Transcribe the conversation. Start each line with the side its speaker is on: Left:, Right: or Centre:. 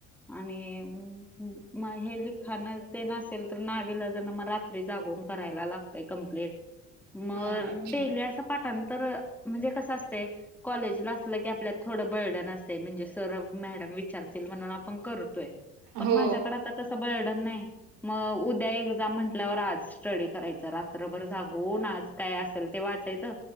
Centre: आणि मग हे लिखाणात ते नसेल तर नावीलाजान मग रात्री जागून करायला लागतय कमप्लीट. मग
Right: हा अच्छा
Centre: डेली असं पाठांतर म्हणजे कसं असतंय कॉलेजला असलं की आपल्यात थोडं बर्डन असतयं म्हणजे सर, मॅडम विचारतील म्हणून आपण करतोय. पण
Right: हो
Centre: माझ्याकडे आता तसं बर्डन नाही मग उद्या एक्झाम म्हटल्यावर आज स्टडी करायचं रात्रभर जागून आज काय असेल ते वाचायचं